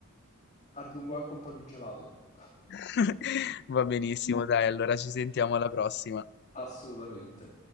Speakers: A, on the left; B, on the left.
A: aggiungo anche un po' di gelato. <laughs>
B: <laughs> Va benissimo, dai, allora ci sentiamo alla prossima.
A: Assolutamente.